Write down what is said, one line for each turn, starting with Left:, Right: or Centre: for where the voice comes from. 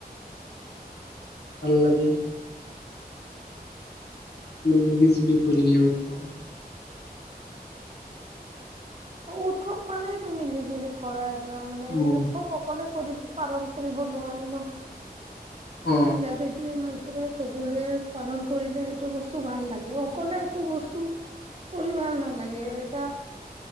Left: ভাল লাগে মিলি জুলি কৰিলে উৎসৱ
Right: উৎসৱ মানেই তো মিলি জুলি কৰাৰ এটা মানে
Left: উম,
Right: উৎসৱ অকলে কৰিব পালন কৰিব নোৱাৰি ন
Left: অ
Right: এ পতি ম <unintelligible> যে সকলোৱে পালন কৰিলে এইটো বস্তু ভাল লাগে অকলে একো বস্তু কৰি ভাল নালাগে এটা